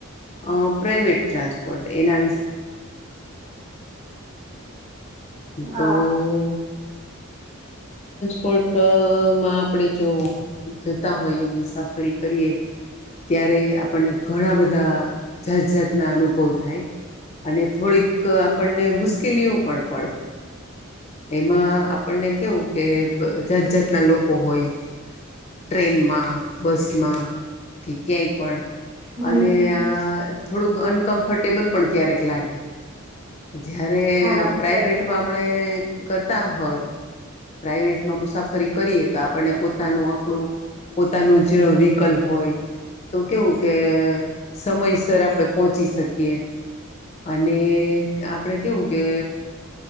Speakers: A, on the left; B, on the right.
A: <unintelligible> પ્રાઈવેટ <unintelligible> <unintelligible> એના. તો
B: હા
A: <unintelligible> માં આપણે જોવ જતા હોઈ એ મુસાફરી કરીએ ત્યારે આપણને ઘણા બધા. જાતજાતના અનુભવ થાય અને થોડીક આપણને મુશ્કેલીઓ. પણ પડે એમાં. આપને કેવું કે <unintelligible> જાત જાતના લોકો હોય. ટ્રેનમાં બસમાં કે ક્યાંય પણ.
B: હમ
A: અને થોડુંક અનકમ્ફર્ટેબલ પણ ક્યારેક લાગે. જયારે
B: હા
A: પ્રાઈવેટમાં
B: સાચી વાત
A: આપણે
B: છે
A: કરતા હોય. પ્રાઈવેટમાં મુસાફરી કરીએ તો આપણને પોતાનું આપણું પોતાનું જ વ્હીકલ હોય. તો કેવું કે સમયસર આપણે પહોંચી શકીએ. અને. આપડે કેવું કે